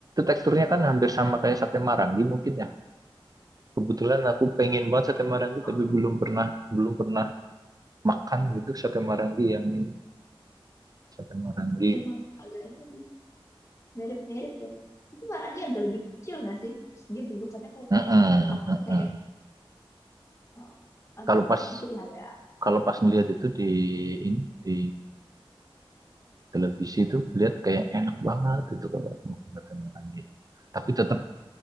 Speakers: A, on the right; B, on the left.
A: teksturnya kan hampir sama kayak sate marangi mungkin ya. Kebetulan aku pengen banget sate marangi
B: Oh,
A: tapi belum pernah belum pernah makan gitu sate marangi yang ini sate marangi.
B: emang agak ini sih, mirip-mirip ya itu warnanya agak lebih kecil nggak sih Terus dia bentukannya kayak
A: Heeh,
B: kotak-kotak
A: heeh.
B: kayak Oh, agak
A: Kalau
B: beda
A: pas
B: dikit lah ya.
A: kalau pas ngelihat itu di ini, di televisi itu lihat kayak enak banget itu kalau aku makan sate marangi. Tapi tetap